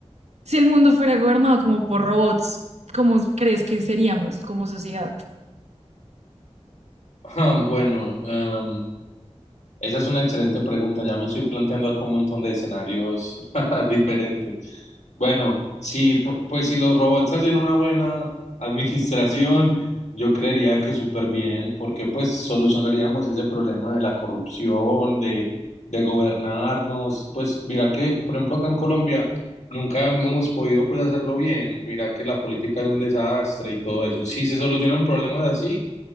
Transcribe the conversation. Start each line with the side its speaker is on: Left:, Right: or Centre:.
Right: si el mundo fuera gobernado como por robots, ¿cómo crees que seríamos como sociedad?
Left: ah, bueno, em, Esa es una excelente pregunta. Ya me estoy planteando acá un montón de escenarios <laughs> diferentes. Bueno, sí, pu- pues si los robots hacen una buena administración, yo creería que súper bien, porque pues solucionaríamos ese problema de la corrupción, de, de gobernarnos. Pues mira que, por ejemplo, acá en Colombia nunca hemos podido pues hacerlo bien. Mira que la política es un desastre y todo eso. Si se solucionan problemas así.